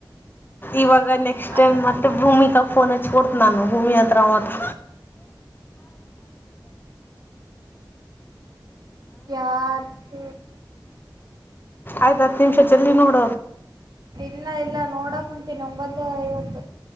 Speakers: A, on the left; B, on the right.
A: ಇವಾಗ ನೆಕ್ಸ್ಟ್
B: ಅಲ್ಲಿ
A: ಟೈಮ್ ಮತ್ತೆ ಭೂಮಿಕಾ ಫೋನ್ ಕೊಡ್ತ ನಾನು ಭೂಮಿ ಹತ್ರ ಮತ್ತ್
B: ಯಾರದ
A: ಆಯ್ತ ಹತ್ ನಿಮಿಷ ಜಲ್ದಿ ನೋಡ
B: ಇಲ್ಲ ಇಲ್ಲ ನೋಡ ಕುಂತೀನಿ ಒಂಬತ್ತು ಐವತ್ತು.